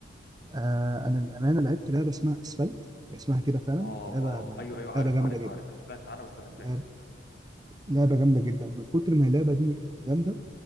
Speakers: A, on the right (about 20°); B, on the left (about 55°).
A: آه انا الامانه لعبت لعبه اسمها اسفلت اسمها كده فعلا
B: اه
A: لعبه
B: اه ايوه ايوه عارف
A: لعبه جامده
B: عارف
A: جدا
B: عارف انا سمعت عنها بس ما لعبتهاش
A: لعبه لعبه جامده جدا من كتر ما اللعبه دي جامده